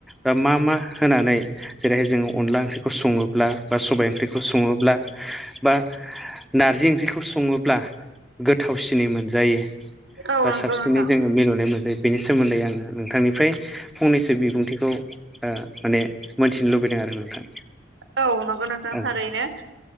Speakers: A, in the centre; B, on the right.
A: दा मा मा होनानै जेरैहाय जोङो अनला ओंख्रिखौ सङोब्ला बा सबाय ओंख्रिखौ सङोब्ला बा नारजि ओंख्रिखौ सङोब्ला, गोथावसिनै मोनजायो
B: औ
A: बा
B: नंगौ
A: साबसिनै
B: नोंथां
A: जों मिलौनाय मोनजायो बेनि सोमोन्दै आङो नोंथांनिफ्राय फंनैसो बिबुंथिखौ माने मोनथिनो लुबैदों आरो नोंथां।
B: औ नंगौ नोंथां
A: औ
B: थारैनो।